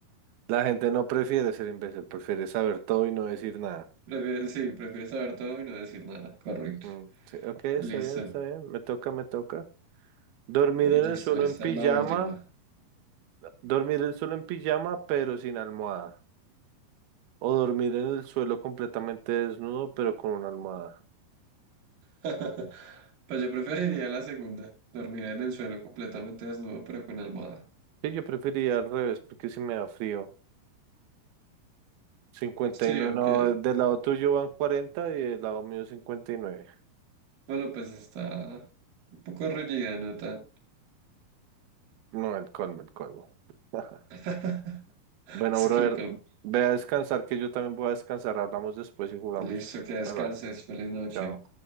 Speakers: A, on the right; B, on the right.
A: La gente no prefiere ser imbécil, prefiere saber todo y no decir nada.
B: prefiere, sí, prefiere saber todo y no decir nada. Correcto.
A: Ujú. Sí, ok, está
B: Listo,
A: bien, está bien. Me toca, me toca. Dormir en
B: y listo,
A: el suelo
B: esta
A: en pijama,
B: es la última.
A: dormir el suelo en pijama, pero sin almohada. O dormir en el suelo completamente desnudo, pero con una almohada.
B: <laughs> Pues yo preferiría la segunda, dormir en el suelo completamente desnudo, pero con almohada.
A: Sí, yo preferiría al revés, porque si me da frío. Cincuenta
B: Sí,
A: y nueve,
B: aunque,
A: no, del lado tuyo van 40 y del lado mío 59.
B: bueno, pues está un poco reñida, ¿no tan?
A: No, el colmo, el colmo. <laughs>
B: <laughs>
A: Bueno,
B: Es
A: brother,
B: que el colmo
A: ve a descansar, que yo también voy a descansar. Hablamos después y jugamos.
B: Listo, que descanses.
A: Bye bye.
B: Feliz noche.
A: Chao.